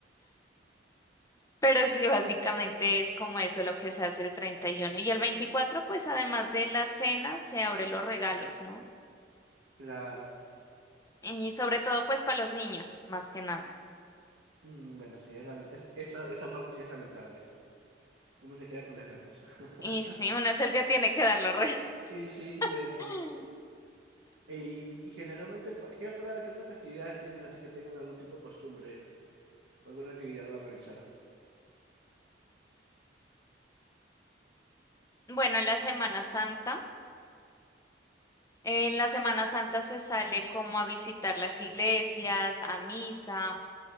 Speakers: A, on the left; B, on the right.
A: Pero sí, básicamente es como eso lo que se hace el treinta Y uno y el 24. pues además de la cena, se abre los regalos, ¿no?
B: Claro.
A: Y sobre todo pues para los niños, más que nada.
B: Mm, bueno, sí, es lamen- es- esa, esa parte sí es lamentable. Uno se queda con las ganas. <laughs>
A: Y sí, uno es el que tiene que dar los regalos.
B: Y sí, duele.
A: <laughs>
B: Y, y generalmente, pa- ¿qué otra, qué otras festividades tienen así que tengan algún tipo de costumbre o alguna actividad a realizar?
A: Bueno, la Semana Santa. En la Semana Santa se sale como a visitar las iglesias, a misa,